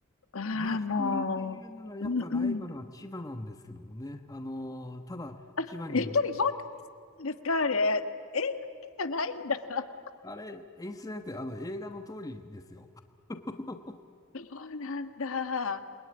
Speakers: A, on the left (about 70°); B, on the left (about 15°).
A: ああ、
B: まあ、人っていうなら、
A: もう、
B: やっぱライバルは千葉なんですけどもね。
A: うんうん。
B: あのーただ、千葉にも
A: やっぱり本当なんですか、あれ。映画だけじゃないんだ。
B: あれ、演出じゃなくて、あの、映画の通りですよ。<laughs>
A: そうなんだ。